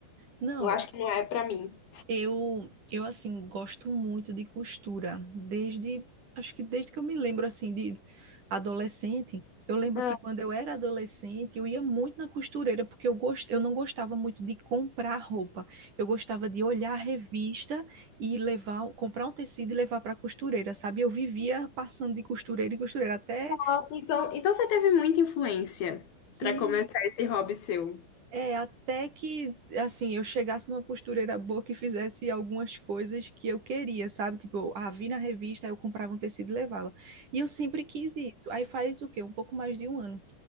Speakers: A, on the right (about 40°); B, on the left (about 55°).
A: Não,
B: Eu acho que não é pra mim.
A: Eu, eu assim, gosto muito de costura, desde, acho que desde que eu me lembro, assim, de adolescente. Eu lembro
B: Ah,
A: que quando eu era adolescente, eu ia muito na costureira, porque eu, gost... eu não gostava muito de comprar roupa. Eu gostava de olhar a revista e levar, comprar um tecido e levar para a costureira, sabe? Eu vivia passando de costureira em costureira, até,
B: Ah, Então, então você teve muita influência
A: sim,
B: pra começar esse hobby seu?
A: É, até que, assim, eu chegasse numa costureira boa que fizesse algumas coisas que eu queria, sabe? Tipo, ah, vi na revista, aí eu comprava um tecido e levava. E eu sempre quis isso. Aí faz o quê? Um pouco mais de um ano.